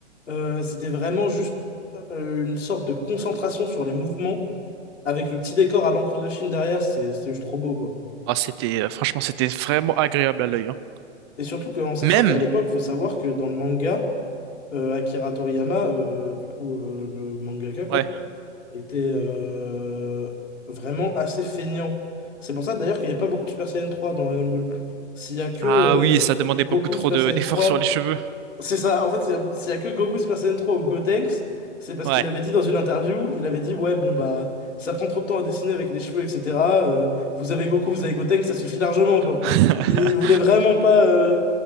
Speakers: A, on the left (about 85°); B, on the right (about 20°).
A: Euh, c'était vraiment juste euh, une sorte de concentration sur les mouvements avec le petit décor à l'encre de Chine derrière. C'est c'est juste trop beau, quoi.
B: Ah, c'était, euh, franchement, c'était vraiment agréable à l'œil. hein.
A: Et surtout qu'en sachant
B: Même,
A: qu'à l'époque, faut savoir que dans le manga, euh, Akira Toriyama, euh, du coup, euh, le mangaka, quoi,
B: ouais.
A: était euh, vraiment assez feignant. C'est pour ça d'ailleurs qu'il n'y a pas beaucoup de Super Saiyan 3 dans Dragon Ball. S'il y a que
B: Ah
A: euh,
B: oui, ça demandait
A: Goku
B: beaucoup trop
A: Super
B: de,
A: Saiyan
B: d'efforts
A: 3,
B: sur les cheveux.
A: c'est ça, en fait, s'il y a, s'il y a que Goku Super Saiyan 3 ou Gotenks, c'est parce
B: Ouais.
A: qu'il avait dit dans une interview, il avait dit, ouais, bon, bah, ça prend trop de temps à dessiner avec les cheveux, etc. euh, vous avez Goku, vous avez Gotenks, ça suffit largement, quoi.
B: <laughs>
A: Il, il voulait vraiment pas, euh,